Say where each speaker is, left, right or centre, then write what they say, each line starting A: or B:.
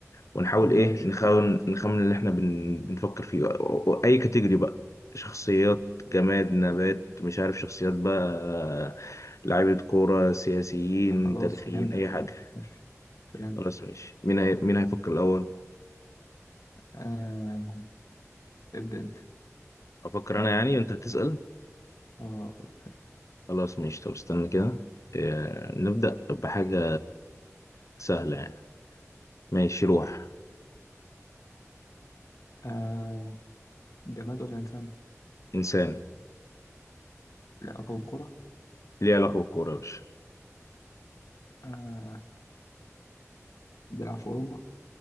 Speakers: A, on the left; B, on the left.
A: ونحاول
B: ماشي
A: ايه نخمن
B: معاك
A: نخمن اللي احنا بن... بنفكر فيه و- و- اي كاتيجوري بقى شخصيات جماد نبات مش عارف شخصيات بقى لعيبة كورة سياسيين
B: خلاص
A: تاريخيين
B: فهمتك
A: اي
B: فهمتك
A: حاجة
B: ماشي فهمتك
A: خلاص ماشي مين هي... مين هيفكر الاول
B: آه ابدأ انت
A: افكر انا يعني وانت هتسأل
B: اه ابدأ انت
A: خلاص ماشي طب استنى كده إيه... نبدأ بحاجة سهلة يعني ماشي روح
B: آه جماد ولا إنسان؟
A: انسان
B: لا أبو كرة
A: ليه علاقة بالكورة يا باشا
B: آه بيلعب في أوروبا